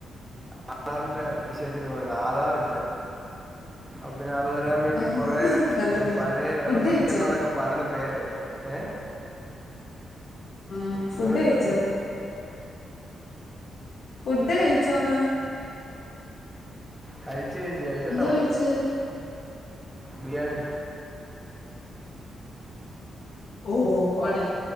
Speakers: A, in the centre; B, on the left.
A: ആധാറിന്റെ വിഷയത്തിന് പോയതാ ആധാർ ഇല്ല. അ പിന്നെ അത് വരാൻ വേണ്ടി
B: ആഹ്
A: കുറെ
B: നല്ല
A: എന്ത
B: കാര്യം
A: പഴേവേറെ
B: ഫുഡ്
A: സർട്ടിക്കറ്റ്ന്നൊക്കെ
B: കഴിച്ചോ
A: പലലപേര് ഏ
B: ആഹ ഫുഡ്
A: എന്തോ കഴിച്ചു
B: കയ്‌ചോ ഫുഡ് കയ്ച്ചോന്ന്
A: കഴിചയത്ത് കഴിച്ചട്ടാ പോയേ
B: കഴിച്ചേ
A: ബിരിയാണി
B: ഓ ഓട